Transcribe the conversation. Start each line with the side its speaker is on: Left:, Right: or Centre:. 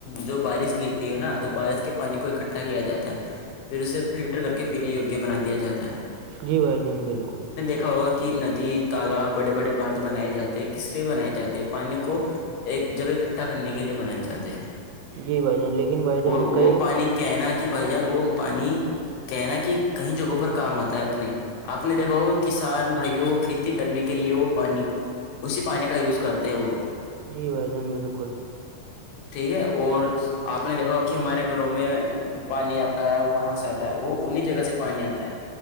Left: جو بارش گرتی ہے نا تو بارش کے پانی کو اکٹھا کیا جاتا ہے پھر اسے فلٹر کر کے پینے یگ بنا دیا جاتا ہے
Right: جی بھائی جان بالکل
Left: دھا ہوا کہ ندی تالاب بڑے بڑے باندھ بنائے جاتے ہیں کس لیے بنائے جات ہیں پانی کو ایک جگہ اکٹھا کرنے کے لیے بنائے جاتے ہیں
Right: جی بھائی جان لیکن بھائی جان
Left: اور
Right: کئی
Left: وہ پانی کی کہنا کہ بھائی جان وہ پانی کہنا کہ کئی جگہوں پر کام آتا ہے اپنے آپ نے دیکھاؤ کسان بھائیوں کو کھیتی کرنے کے لیے وہ پانی اسی پانی کا یوز کرتے ہیں وہ
Right: جی بھائی جان بالکل <unintelligible>
Left: ٹھیک ہے اور <unintelligible> آپ نے دیکھا ہو کہ ہمارے گھروں میں پانی آتا ہے وہ کہاں سے آتا ہے وہ انہیں جگہ سے پانی آتا ہے